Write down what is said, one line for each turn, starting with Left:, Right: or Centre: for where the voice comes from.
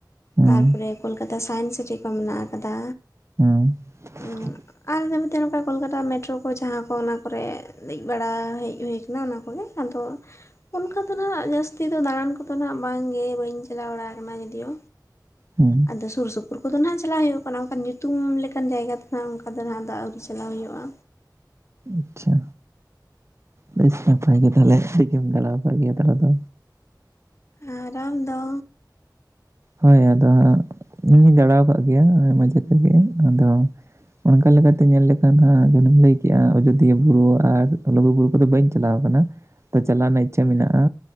Right: ᱦᱮᱸ
Left: ᱛᱟᱨ ᱯᱚᱨᱮ ᱠᱳᱞᱠᱟᱛᱟ ᱥᱟᱭᱮᱱᱥ ᱥᱤᱴᱤ ᱠᱚ ᱢᱮᱱᱟᱜ ᱟᱠᱟᱫᱟ᱾
Right: ᱦᱩᱸ <inaudible>
Left: ᱩᱸ ᱟᱨ ᱢᱮᱱᱛᱮ ᱱᱚᱝᱠᱟ ᱠᱳᱞᱠᱟᱛᱟ ᱢᱮᱴᱨᱳ ᱠᱚ ᱡᱟᱦᱟᱸ ᱠᱚ ᱚᱱᱟ ᱠᱚᱨᱮ ᱫᱮᱡ ᱵᱟᱲᱟ ᱦᱮᱡ ᱦᱩᱭ ᱠᱟᱱᱟ ᱚᱱᱟ ᱠᱚᱜᱮ᱾ ᱟᱫᱚᱼᱼ ᱚᱱᱠᱟ ᱫᱚ ᱦᱟᱜ ᱡᱟᱹᱥᱛᱤ ᱫᱚ ᱫᱟᱬᱟᱱ ᱠᱚᱫᱚ ᱱᱟᱜ ᱵᱟᱝᱜᱮ ᱵᱟᱹᱧ ᱪᱟᱞᱟᱣ ᱵᱟᱲᱟ ᱠᱟᱱᱟ ᱡᱚᱫᱤᱭᱳ
Right: ᱦᱮᱸ
Left: ᱟᱹᱫᱚ ᱥᱩᱨ ᱥᱩᱯᱩᱨ ᱠᱚᱫᱚ ᱱᱟᱜ ᱪᱟᱞᱟᱜ ᱦᱩᱭᱩᱜ ᱠᱟᱱᱟ ᱚᱱᱠᱟᱱ ᱧᱩᱛᱩᱢ ᱞᱮᱠᱟᱼᱼ ᱞᱮᱠᱟᱱ ᱡᱟᱭᱜᱟ ᱫᱚ ᱱᱟᱦᱟᱜ ᱚᱱᱠᱟ ᱫᱚ ᱱᱟᱦᱟᱜ ᱫᱟᱜ ᱟᱹᱜᱩ ᱪᱟᱞᱟᱣ ᱦᱩᱭᱩᱜᱼᱟ᱾
Right: ᱟᱪᱪᱷᱟ ᱵᱮᱥ ᱱᱟᱯᱟᱭ ᱜᱮ ᱛᱟᱦᱚᱞᱮ ᱟᱹᱰᱤ ᱜᱮᱢ ᱫᱟᱲᱟᱣ ᱟᱠᱟᱫ ᱜᱮᱭᱟ ᱛᱟᱦᱚᱞᱮ ᱛᱚ
Left: ᱟᱨ ᱟᱢ ᱫᱚ
Right: ᱦᱳᱭ ᱟᱹᱫᱚ ᱦᱟᱸᱜ ᱤᱧ ᱦᱚᱧ ᱫᱟᱲᱟᱣ ᱠᱟᱫ ᱜᱮᱭᱟ ᱢᱟᱡᱷᱮ ᱛᱮᱜᱮ ᱟᱹᱫᱚᱼᱼ ᱚᱱᱠᱟ ᱞᱮᱠᱟᱛᱮ ᱧᱮᱞ ᱞᱮᱠᱷᱟᱱ ᱫᱚ ᱦᱟᱸᱜ ᱡᱮᱢᱚᱱ ᱮᱢ ᱞᱟᱹᱭ ᱠᱮᱜᱼᱟ ᱟᱡᱚᱫᱤᱭᱟ ᱵᱩᱨᱩ ᱟᱨ ᱞᱩᱜᱩ ᱵᱩᱨᱩᱼᱼ ᱟᱫᱚ ᱵᱟᱹᱧ ᱪᱟᱞᱟᱣ ᱠᱟᱱᱟ, ᱛᱚ ᱪᱟᱞᱟᱣ ᱨᱮᱱᱟᱜ ᱤᱪᱪᱷᱟ ᱢᱮᱱᱟᱜᱼᱟ᱾